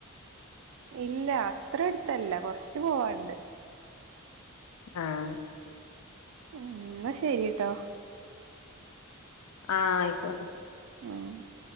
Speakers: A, on the right; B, on the left.
A: ഇല്ല അത്രെട്ത്തല്ല കൊർച്ച് പോവാണ്ട്
B: ആഹ്
A: ഉം ന്നാ ശെരിട്ടോ
B: ആ അയ്ക്കോട്ടെ
A: ഉം